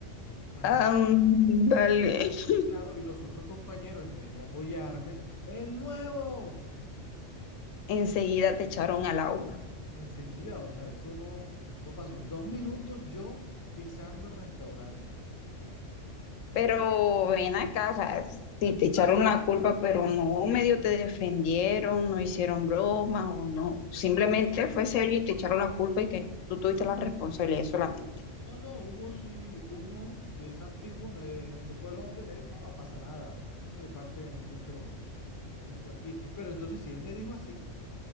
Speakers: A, on the left; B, on the left.
A: Imagínate.
B: Ándale. <laughs>
A: Claro, y los otros compañeros, en vez de apoyarme, el nuevo.
B: Enseguida te echaron al agua.
A: Enseguida, o sea, eso no, no pasó. Dos minutos yo pisando el restaurante.
B: Pero ven acá, o sea, si te echaron la culpa, pero no medio te defendieron, no hicieron broma o no. Simplemente fue serio y te echaron la culpa y que tú tuviste la responsabilidad solamente.
A: No, no, hubo sí uno que es antiguo, me, me tocó el hombre, me dijo, no pasa nada. Eso se parte en mucho, mucho aquí. Pero entonces, si él me dijo así,